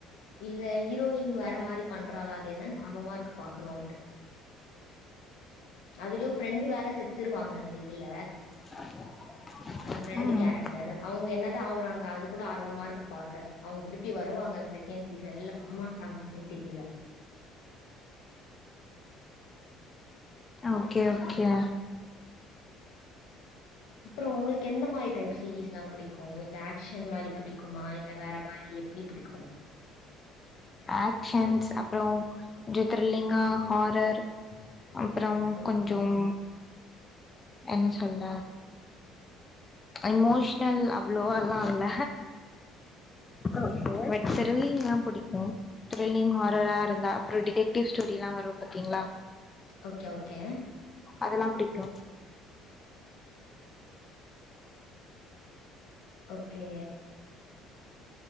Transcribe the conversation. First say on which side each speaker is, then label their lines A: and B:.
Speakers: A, on the left (about 80°); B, on the left (about 25°).
A: இல்ல ஹீரோயின் வேற மாரி பண்றாலா அது என்னனு ஆர்வமா இருக்கு பாக்கணுன்ட்டு அதுலயு ஃப்ரெண்டு் வேற செத்துருவாங்க அந்த இதுல
B: <inaudible>
A: அந்த ஃப்ரெண்ட்
B: ம்
A: கேரக்டர் அவுங்க என்னதா ஆவுறாங்க அது கூட ஆர்வமா இருக்கு பாக்க அவுங்க திருப்பி வருவாங்கல செகண்ட் சீசன் வரமாட்டாங்களானே தெரில
B: ஓகே ஓகேயா
A: அப்பறோ உங்களுக் எந்த மாரி டைப் சீரிஸ் எல்லா புடிக்கு இந்த ஆக்ஷன் மாரி புடிக்குமா இல் ல வேற மாரி எப்டி புடிக்கும்
B: ஆகஷன்ஸ் அப்பறோ கொஞ்சொ த்திர்லிங்கா ஹாரர் அப்பறம்
A: ஓகே.
B: கொஞ்சம் என்ன சொல்ல எமோஷ்னல் அவ்ளோவால்லா இல்ல ஓகே எனக்கு த்ர்லிங்லா புடிக்கு த்ரில்லிங் ஹாரரா இருந்தா அப்பறோ டிடக்டிவ் ஸ்டோரில்லா வரும் பாத்தீங்களா
A: ஓகே ஓகே
B: அதல்லா புடிக்கு
A: ஓகே